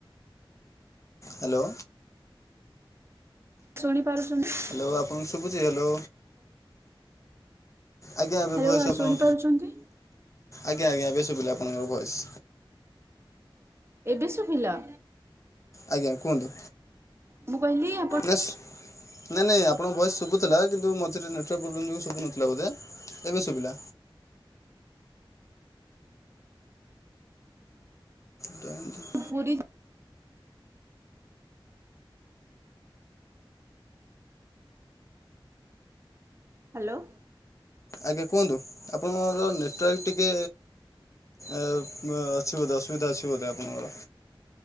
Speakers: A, on the left; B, on the right.
A: ହ୍ୟାଲୋ।
B: ଶୁଣିପାରୁଛନ୍ତି?
A: ହ୍ୟାଲୋ, ଆପଣଙ୍କୁ ଶୁଭୁଛି ହ୍ୟାଲୋ। ଆଜ୍ଞା, ଏବେ
B: ହ୍ୟାଲୋ
A: ଭଏସ୍ ଆପଣ
B: ଶୁଣି ପାରୁଛନ୍ତି?
A: ଆଜ୍ଞା ଆଜ୍ଞା ଏବେ ଶୁଭିଲା ଆପଣଙ୍କର ଭଏସ୍।
B: ଏବେ ଶୁଭିଲା?
A: ଆଜ୍ଞା କୁହନ୍ତୁ
B: ମୁଁ କହିଲି ଆପଣ
A: ନେଷ୍ଟ୍। ନହିଁ ନାଇଁ ଆପଣଙ୍କ ଭଏସ୍ ଶୁଭୁଥିଲା କିନ୍ତୁ ମଝିରେ ନେଟୱାର୍କ ପ୍ରୋବ୍ଲେମ୍ ଯେଉଁ ଶୁଥିଲା ବୋଧେ, ଏବେ ଶୁଭିଲା। ଟାଇଁକି
B: ପୁରୀ। ହ୍ୟାଲୋ।
A: ଆଜ୍ଞା କୁହନ୍ତୁ। ଆପଣଙ୍କର ନେଟୱାର୍କ ଟିକେ ଏ ଅଛି ବୋଧେ ଅସୁବିଧା ଅଛି ବୋଧେ ଆପଣଙ୍କର?